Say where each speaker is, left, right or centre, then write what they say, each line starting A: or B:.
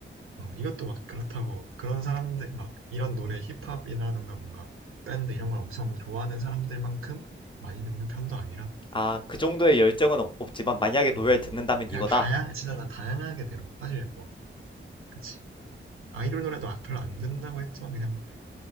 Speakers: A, on the right; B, on the left.
A: 어, 이것도 막 그렇다고 그런 사람들 막 이런 노래 힙합이라든가 뭔가 밴드 이런 걸 엄청 좋아하는 사람들만큼 많이 듣는 편도 아니라
B: 아, 그 정도의 열정은 없, 없지만 만약에 노래를
A: 어,
B: 듣는다면
A: 그냥
B: 이거다.
A: 다양 진짜 난 다양하게 들어 사실 뭐 그치 아이돌 노래도 아- 별로 안 듣는다고 했지만 그냥